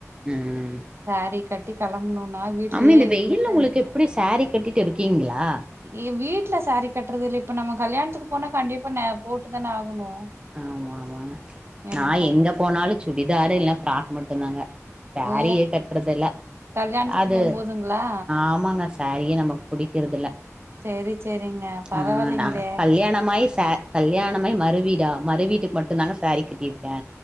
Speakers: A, on the right (about 20°); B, on the right (about 50°).
A: ம்
B: சாரீ கட்டி கெளம்பணுனா வீட்லயே
A: ஆமா இந்த
B: இருந்துட்டு
A: வெயில்ல உங்களுக்கு எப்டி சாரீ கட்டிட்டு இருக்கீங்களா
B: ஏ வீட்டுல சாரீ கட்டுறது இல்ல இப்ப நம்ம கல்யாணத்துக்கு போனா கண்டிப்பா ந போட்டு தானே ஆகணு
A: ஆமாமா
B: என்ன
A: நா
B: பண்ற
A: எங்க போனாலு சுடிதாரு இல்ல ஃப்ராக் மட்டுதாங்க சாரீயே
B: ஓ
A: கட்டுறதுல
B: கல்யாணத்துக்கு
A: அது
B: போம்போதுங்களா
A: ஆமாங்க சாரீயே நமக்கு புடிக்கிறதுல
B: சேரி சேரிங்க பரவாயில்லைங்களே
A: ஆ ந கல்யாணமாயி சாரீ கல்யாணமாயி மறுவீடா மறு வீட்டுக்கு மட்டு தாங்க சாரீ கட்டிருக்கே